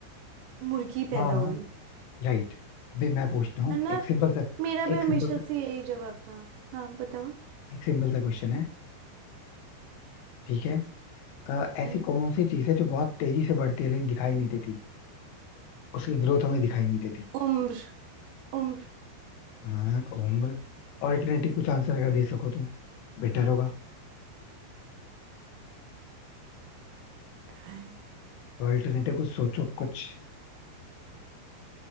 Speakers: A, on the right; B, on the left.
A: मुर्गी पैदा
B: हाँ हाँ
A: हुई
B: राइट भाई मैं पूछता हूँ
A: है ना
B: एक सिंपल सा
A: मेरा
B: एक
A: भी हमेशा
B: सिंपल सा
A: से यही जवाब था हाँ बताओ
B: एक सिंपल सा क्वेश्चन है ठीक है अ,
A: हम्म
B: ऐसी कौन सी चीज है जो बहुत तेजी से बढ़ती है लेकिन दिखाई नहीं देती उसकी ग्रोथ हमें दिखाई नहीं देती
A: उम्र उम्र
B: हाँ उम्र ऑल्टरनेटिव कुछ आंसर अगर दे सको तो बेटर होगा
A: क्या है?
B: ऑल्टरनेटिव कुछ सोचो कुछ